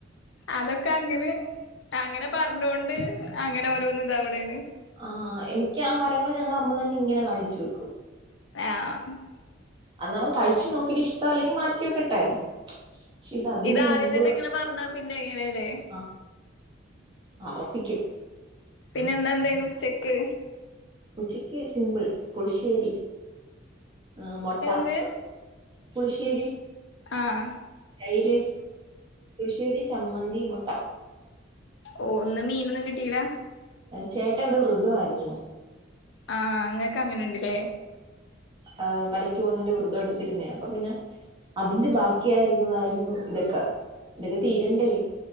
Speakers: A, on the left; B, on the right.
A: അതൊക്കെ അങ്ങനെ അങ്ങനെ പറഞ്ഞൊണ്ട് അങ്ങനെ ഓരോന്ന് ഇതാവണ്
B: ആ എനിക്ക് ആഹാരങ്ങള് ഞങ്ങളെ അമ്മ തന്നെ ഇങ്ങനെ കാണിച്ചു വെക്കും
A: <unintelligible>
B: അന്ന് അവൻ കഴിച്ചു നോക്കിട്ട് ഇഷ്ടം അല്ലെങ്കി മാറ്റിവെക്കട്ടെ പക്ഷെ ഇത് അതിന്
A: ഇതാദ്യം
B: മുമ്പ്
A: തന്നെ ഇങ്ങനെ പറഞ്ഞാ പിന്നെ എങ്ങനെല്ലേ
B: ആ അറപ്പിക്കും
A: പിന്നെ ഇന്ന് എന്തെയ്നു ഉച്ചക്ക്
B: ഉച്ചക്ക് സിമ്പിൾ പുളിശ്ശേരി ആഹ് മൊട്ട
A: എന്ത്
B: പുളിശ്ശേരി
A: ആഹ് ആ
B: തൈര് പുളിശ്ശേരി ചമ്മന്തി മൊട്ട
A: ഒഹ് ഇന്ന് മീനൊന്നും കിട്ടീല
B: ചേട്ടൻ ഇവടെ വൃധവായിരുന്നു.
A: ആഹ് ഇങ്ങക്കങ്ങനെണ്ട്ലെ
B: ആഹ് മലക്ക് പോവുന്നെന്റെ വൃധം എടുത്തിരുന്നേ അപ്പൊ പിന്നെ അതിന്റെ ബാക്കി ആയിരുന്നതായിരുന്നു ഇതൊക്കെ ഇതൊക്കെ തീരണ്ടേ